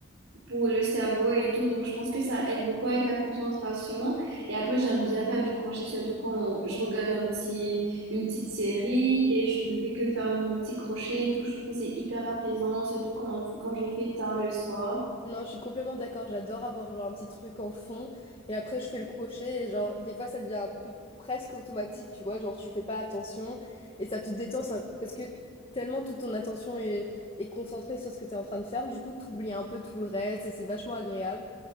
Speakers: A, on the right; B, on the left.
A: pour le cerveau et tout. Donc, je pense que ça aide beaucoup avec la concentration. Et après, j'aime bien faire du crochet, surtout quand je regarde un petit, une petite série et je ne fais que faire mon petit crochet et tout. Je trouve que c'est hyper apaisant, surtout quand, quand je le fais tard le soir.
B: Non, je suis complètement d'accord. J'adore avoir genre un petit truc en fond et après je fais le crochet et genre des fois ça devient un peu presque automatique, tu vois, genre tu fais pas attention et ça te détend ça parce que tellement toute ton attention est, est concentrée sur ce que tu es en train de faire, du coup tu oublies un peu tout le reste et c'est vachement agréable.